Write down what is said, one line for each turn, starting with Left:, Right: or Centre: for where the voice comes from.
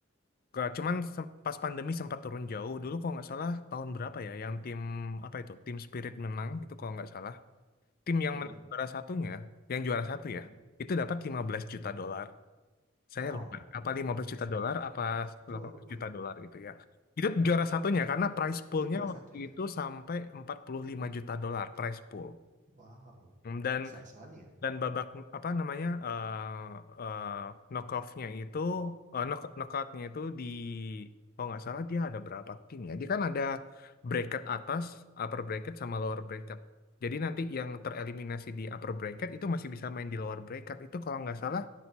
Left: ke- cuman se- pas pandemi sempat turun jauh. Dulu kalau nggak salah tahun berapa ya yang tim apa itu? Tim Spirit menang itu kalau nggak salah. Tim yang
Right: Mm-mm,
Left: menang juara satunya, yang juara satu ya,
Right: mm-mm.
Left: itu dapat 15 juta dolar. saya
Right: Wow,
Left: lupa apa 15 juta dolar apa
Right: itu
Left: 18 juta dolar itu ya itu juara satunya karena prize poolnya
Right: itu juara
Left: waktu
Right: satu ya.
Left: itu sampai 45 juta dolar prize pool
Right: Wow,
Left: Hmm, dan
Right: besar sekali ya.
Left: dan babak apa namanya eh eh, knockoffnya itu eh, knock, knockoutnya itu di kalau nggak salah dia ada berapa tim ya dia kan ada bracket atas upper bracket sama lower bracket jadi nanti yang tereliminasi di upper bracket itu masih bisa main di lower bracket itu kalau nggak salah